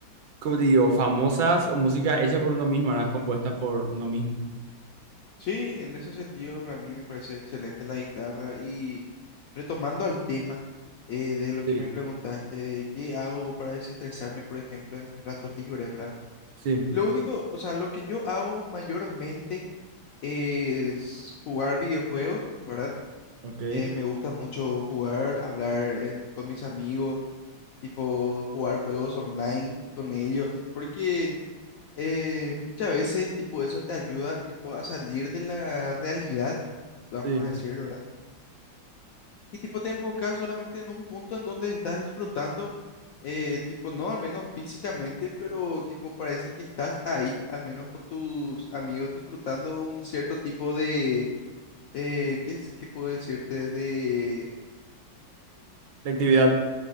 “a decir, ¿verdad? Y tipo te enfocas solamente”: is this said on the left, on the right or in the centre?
Left